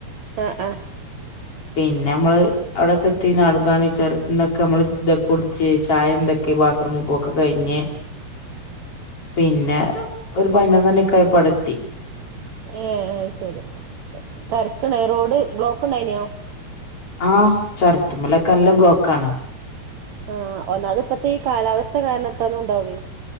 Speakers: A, on the right; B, on the left.
A: ആ, ആ.
B: പിന്നെമ്മള് അവിടെക്കെത്തി നാടകാണി ചരത്തിന്നക്കെ നമ്മള് ഇതൊക്കെ കുടിച്ച് ചായ എന്തൊക്കെ ബാത്റൂമ് പോക്ക് കഴിഞ്ഞ് പിന്നെ ഒരു പയിനൊന്നണിക്കയപ്പടുത്തി.
A: ഏ അ ശരി തിരക്കുണ്ട റോഡ് ബ്ലോക്ക്ണ്ടായിന്നോ?
B: ആ ചൊരത്തുമ്മലൊക്കെ ല്ല ബ്ലോക്കാണ്.
A: ആഹ് ഒന്നാത്പ്പത്തെ ഈ കാലാവസ്ഥ കാരണത്താലും ഉണ്ടാവേ.